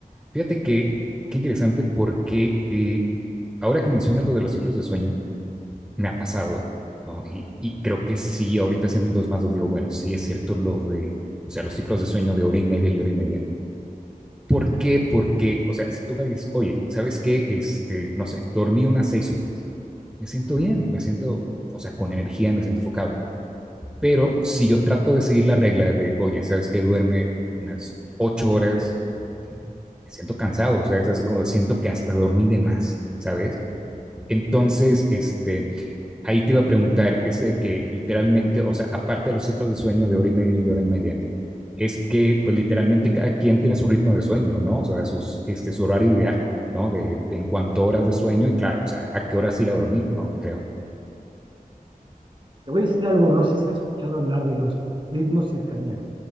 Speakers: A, in the centre; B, on the right.
A: Fíjate que, qué interesante porque eh, ahora que mencionas lo de los ciclos de sueño, me ha pasado, ¿no? Y, y creo que sí, ahorita haciendo el 2 más 2 digo, bueno, sí es cierto lo de, o sea, los ciclos de sueño de hora y media y hora y media. ¿Por qué? Porque, o sea, si tú me dices, oye, ¿sabes qué? Este, no sé, dormí unas seis horas. Me siento bien, me siento, o sea, con energía, me siento enfocado. Pero si yo trato de seguir la regla de, oye, ¿sabes que Duerme unas ocho horas, me siento cansado, o sea, es así como siento que hasta dormí de más, ¿sabes? Entonces, este, ahí te iba a preguntar, es de que literalmente, o sea, aparte de los ciclos de sueño de hora y media y hora y media, es que, pues literalmente cada quien tiene su ritmo de sueño, ¿no? O sea, sus, este, su horario ideal. ¿no? De, de, en cuanto a horas de sueño y claro, o sea, a qué horas ir a dormir, ¿no? Creo.
B: Te voy a decir algo, no sé si has escuchado hablar de los ritmos circadianos.